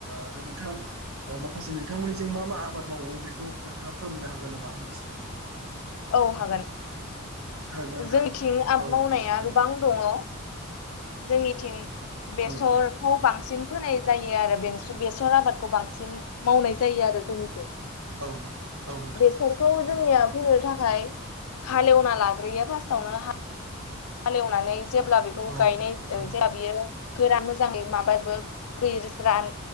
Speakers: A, on the right; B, on the left.
A: आरो नोंथाङा माखासे नोंथांमोननिजों मा मा आबाद मावो बेखौ नोंथाङा फोरमायनो हागोन नामा आंनिसिनि
B: औ हागोन
A: खोनादोंना नोंथां
B: जोंथिं आब
A: औ नोंथां
B: मावनाया
A: फोरमायदो
B: गोबां
A: दे
B: दङ जोंनिथिं बेसरखौ
A: औ नोंथां
B: बांसिन फोनाय जायो आरो बेसर आबादखौ बांसिन मावनाय जायो आरो जोंनिथिम
A: औ नोंथां
B: बेसरखौ जोंनिया
A: औ
B: फोनो थाखाय आ हालेवना लाग्रोयो फार्स्टावनो हालेवनानै जेब्ला बेखौ
A: नोंथां
B: गायनाय जेब्ला बियो फोरा मोजाङै माबो ख रान